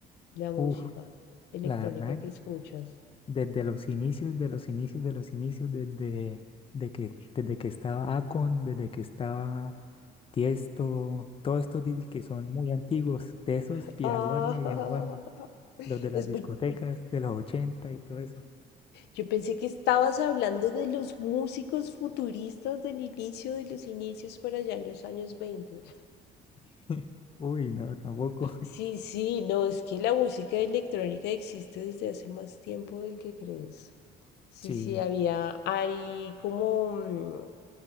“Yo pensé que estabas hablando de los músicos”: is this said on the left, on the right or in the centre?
Left